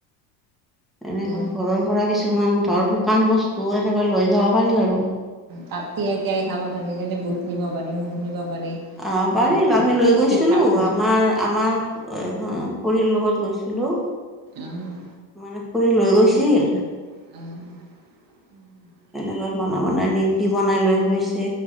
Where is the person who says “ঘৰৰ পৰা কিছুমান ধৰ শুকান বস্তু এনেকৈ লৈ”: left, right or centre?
Centre